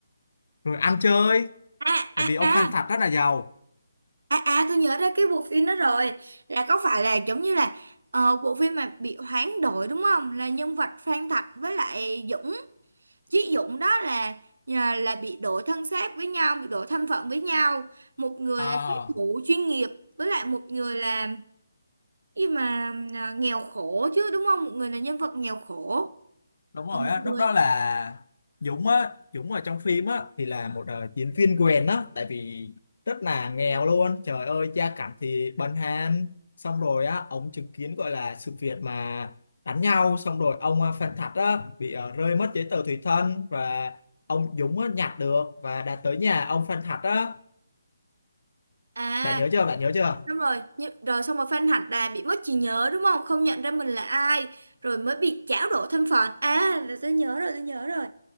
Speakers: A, on the left (about 55°); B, on the right (about 85°).
A: rồi ăn chơi
B: À,
A: tại
B: à,
A: vì ông
B: à,
A: Phan Thạch rất là giàu
B: à, à, tôi nhớ ra cái bộ phim đó rồi. Là có phải là giống như là ờ, bộ phim mà bị hoán đổi đúng không? Là nhân vật Phan Thạch với lại Dũng. Chí Dũng đó là là, là bị đổi thân xác với nhau, bị đổi thân phận với nhau. Một người
A: Ờ
B: là sát thủ chuyên nghiệp với lại một người là nhưng mà à, nghèo khổ chứ đúng không một người là nhân vật nghèo khổ
A: đúng rồi
B: còn một
A: á
B: người
A: lúc đó là Dũng á Dũng ở trong phim á thì là một ờ, diễn viên quèn á tại vì rất là nghèo luôn trời ơi gia cảnh thì bần hàn xong rồi á ông chứng kiến gọi là sự việc mà đánh nhau xong rồi ông ờ, Phan Thạch á bị ờ, rơi mất giấy tờ tùy thân và ông Dũng á, nhặt được và đã tới nhà ông Phan Thạch á
B: à
A: bạn nhớ chưa bạn nhớ chưa
B: đúng rồi nhưng, rồi xong rồi Phan Hạnh là bị mất trí nhớ đúng không không nhận ra mình là ai rồi mới bị chảo đổ thân phận à là tôi nhớ rồi tôi nhớ rồi